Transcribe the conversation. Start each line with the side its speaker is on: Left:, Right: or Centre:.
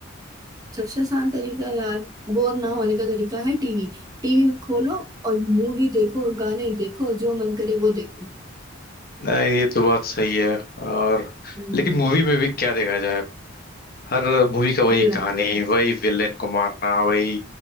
Right: सबसे आसान तरीका यार बोर ना होने का तरीका है टीवी टीवी खोलो और मूवी देखो और गाने देखो जो मन करे वो देखो
Left: नहीं, ये तो बात सही है और
Right: हम्म,
Left: लेकिन मूवी में भी क्या देखा जाए हर मूवी का वही
Right: ल,
Left: कहानी वही विलेन को मारना वही